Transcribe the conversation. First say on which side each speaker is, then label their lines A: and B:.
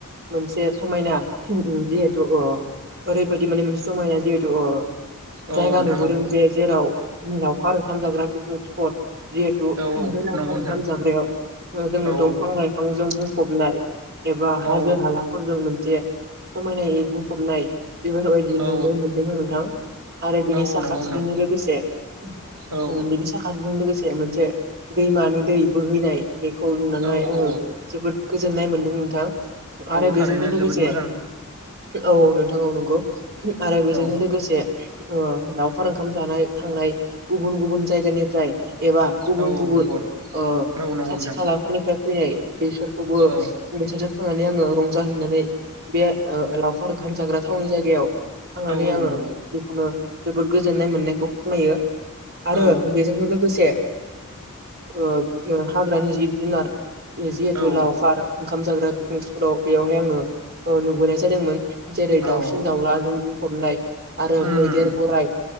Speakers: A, on the right (about 45°); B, on the right (about 85°).
A: मोनसे समायना जिहेथु अ ओरैबायदि माने मोनसे समायना जिहेतु ओ
B: औ
A: जायगा
B: औ
A: नुबोदों
B: नोंथां औ
A: जे जेराव लावखार ओंखाम जाग्रा पिकनिक स्पट जिहेथु
B: औ औ
A: बे लावखार
B: नंगौ
A: ओंखाम
B: नोंथां
A: जाग्रायाव ओ जोङो
B: औ
A: दंफां लाइफांजों बुं फबनाय एबा हाजो
B: औ
A: हालाफोरजों मोनसे समायनायै बुंफबनाय बिभार अइदि नुनो
B: औ
A: मोनदों आं नोंथां आरो बिनि
B: औ
A: साखाथिजोंनो
B: नंगौ नोंथां
A: लोगोसे
B: औ
A: ओ बिनि साखाथिजों लोगोसे मोनसे दैमानि दै बोहैनाय बेखौ नुनानै
B: औ
A: आङो
B: औ
A: जोबोद गोजोननाय मोनदों नोंथां आरो
B: औ थारैनो
A: बेजोंनो लोगोसे
B: जोबोद मोजां
A: औ नोंथां औ नंगौ आरो बेजोंनो
B: औ
A: लोगोसे ओ लावखार ओंखाम जानाय थांनाय गुबुन गुबुन जायगानिफ्राय एबा गुबुन
B: औ औ
A: गुबुन
B: नंगौ
A: ओ
B: औ नंगौ
A: खाथि
B: नोंथां
A: खालाफोरनिफ्राय फैनाय बेसोर खौबो
B: औ
A: बेसोरजों थांनानै आङो रंजाहैनानै बे ओ लावखार ओंखाम जाग्रा थावनि जायगायाव थांनानै
B: औ औ
A: आङो
B: नंगौ
A: जिखुनु जोबोद गोजोननाय मोननायखौ फोरमायो आरो
B: औ
A: बेजोंनो लोगोसे ओ हाग्रानि जिब जुनार जिहेथु
B: औ औ
A: लावखार ओंखाम जाग्रा पिकनिक स्पटाव बेयावहाय आङो ओ नुबोनाय जादोंमोन। जेरै दाउसिन
B: औ औ
A: दाउलाजों बुंफबनाय आरो
B: उम उम
A: मैदेर
B: उम
A: गराइ